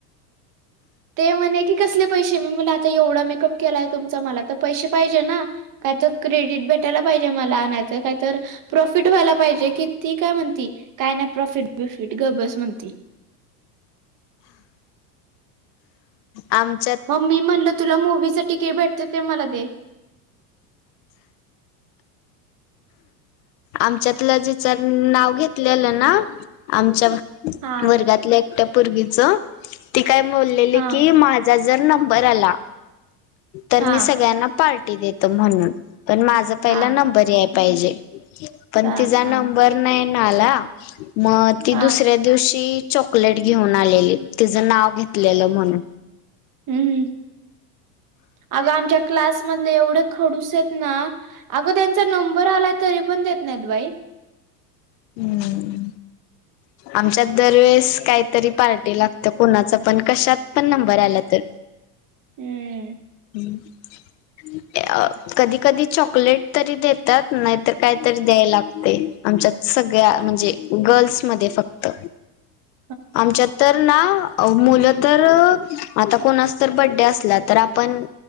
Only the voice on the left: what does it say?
आम
आमच्यातलं जेच नाव घेतलेलं ना. आमच्या
वर्गातल्या एकट्या पूरगीच. ती काय बोललेली
की माझ जा जर नंबर आला, तर
मी सगळ्यांना पार्टी देतो म्हणून. पण, माझा पहिला
नंबर याय पाहिजे. पण
तिचा
नंबर नाही ना आला. मग ती
दुसऱ्या दिवशी चॉकलेट घेऊन आलेली. तिचं नाव घेतलेलं म्हणून
हम्म. आमच्यात दरवेेळेस काहीतरी पार्टी लागत्या. कोणाच पण, कशात पण नंबर आला तर
हम् अ कधी कधी चॉकलेट तरी देतात नाहीतर कायतरी द्याय लागतय आमच्यात सगळ्या म्हणजे गर्ल्समध्ये फक्त
आमच्यात तर ना मुलं तर आता कोणाचा तर बड्डे असला तर आपण